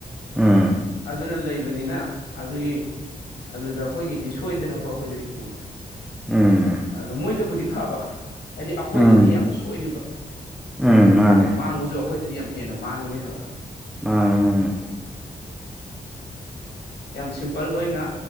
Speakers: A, in the centre; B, on the left.
A: ꯎꯝ
B: ꯑꯗꯨꯅ ꯂꯩꯕꯅꯤꯅ ꯑꯗꯨꯒꯤ ꯑꯗꯨꯗ ꯑꯩꯈꯣꯏꯒꯤꯗꯤ ꯁꯣꯏꯗꯅꯀꯣ ꯑꯩꯈꯣꯏꯗꯗꯤ ꯌꯥꯝꯅ
A: ꯎꯝ
B: ꯑꯗꯣ ꯃꯣꯏꯗꯨꯕꯨꯗꯤ ꯐꯕ ꯍꯥꯏꯗꯤ ꯑꯩꯈꯣꯏꯗꯗꯤ
A: ꯎꯝ
B: ꯌꯥꯝꯅ ꯁꯣꯏꯔꯤꯕ
A: ꯎꯝ ꯃꯥꯅꯦ
B: ꯃꯥꯡꯕꯖꯨ ꯑꯩꯈꯣꯏꯗꯗꯤ ꯌꯥꯝ ꯍꯦꯟꯅ ꯃꯥꯡꯉꯤꯅꯦ ꯍꯥꯏꯕ
A: ꯃ <unintelligible>
B: ꯌꯥꯝ ꯁꯤꯝꯄꯜ ꯑꯣꯏꯅ